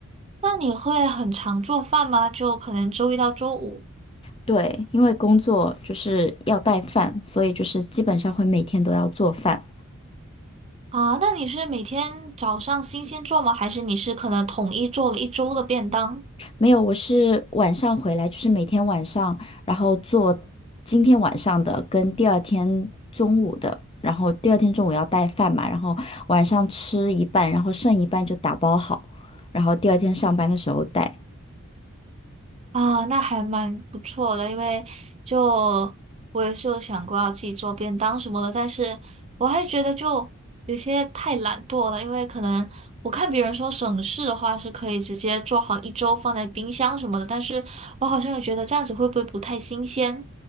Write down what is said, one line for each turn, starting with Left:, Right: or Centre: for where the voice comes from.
Right: 那你会很常做饭吗？就可能周一到周五
Left: 对，因为工作就是要带饭，所以就是基本上会每天都要做饭。
Right: 啊？那你是每天早上新鲜做吗？还是你是可能统一做了一周的便当？
Left: 没有，我是晚上回来，就是每天晚上，然后做今天晚上的跟第二天中午的，然后第二天中午要带饭嘛，然后晚上吃一半，然后剩一半就打包好，然后第二天上班的时候带。
Right: 啊，那还蛮不错的，因为就我也是有想过要自己做便当什么的，但是我还觉得就有些太懒惰了，因为可能我看别人说省事的话是可以直接做好一周放在冰箱什么的，但是我好像又觉得这样子会不会不太新鲜？